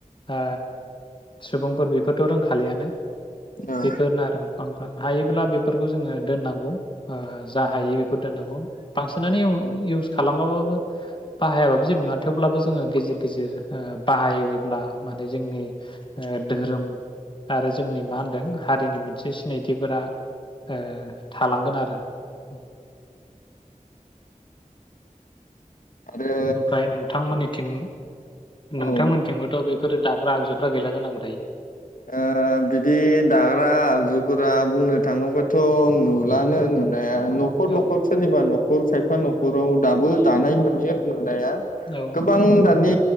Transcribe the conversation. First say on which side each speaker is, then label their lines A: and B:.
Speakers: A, on the left; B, on the left.
A: ओ सुबुंफोर बि बेखौथ' रोंखालियानो।
B: औ
A: एफोरनो आरोम गावनि हायोब्ला बेफोरखौ जोङो दोननांग गौ ओ जा हायो बेखौ दोननांगौ। बांसिनानो इउन-इउस
B: औ
A: खालामाबाबो बाहायाबाब जेबो नङा थेवब्लाबो जोङो गेजेर गेजेर बाहायोब्ला माने जोंनि धोरोम आरो जोंनि मा होनदों हारिनि मोनसे सिनायथिफोरा ओ थालांगोन आरो औ
B: आरो
A: ओमफ्राय नोंथांमोननिथिं नोंथांमोनथिंबोथ'
B: औ
A: बे बेफोर दाग्रा आगजुफ्रा गैला जानांगौ दायो?
B: ओ बिदि दाग्रा आगजुफोरा बुंनो थाङोब्ला थ' नुलानो नु नाया न'खर
A: औ
B: नखर सोरनिबा न 'खर खायफा न'खराव दाबो दानाय नुयो आरो दाया
A: औ
B: गोबां दानि